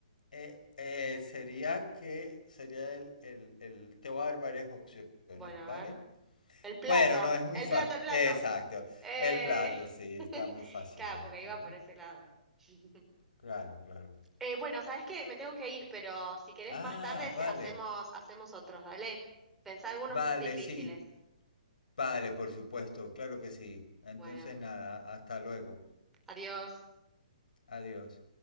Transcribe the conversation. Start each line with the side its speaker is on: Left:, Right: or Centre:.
Left: Eh, eh, sería que sería el, el, el- Te voy a dar varias opciones,
Centre: Bueno, a
Left: ¿vale?
Centre: ver. El plato.
Left: Bueno, no es muy
Centre: El
Left: fácil.
Centre: plato, el plato.
Left: Exacto.
Centre: Eh...
Left: El plato, sí, está
Centre: <laughs>
Left: muy fácil
Centre: Claro,
Left: ya.
Centre: porque
Left: Ujú.
Centre: iba por ese lado. <laughs>
Left: Claro, claro.
Centre: Eh, bueno, sabes que me tengo que ir, pero si querés
Left: Ah,
Centre: más tarde se-
Left: vale.
Centre: hacemos, hacemos otros, dale. Pensá algunos
Left: Vale,
Centre: difíciles.
Left: sí. Vale, por supuesto, claro que sí. Entonces
Centre: Bueno,
Left: nada, hasta luego.
Centre: adiós.
Left: Adiós.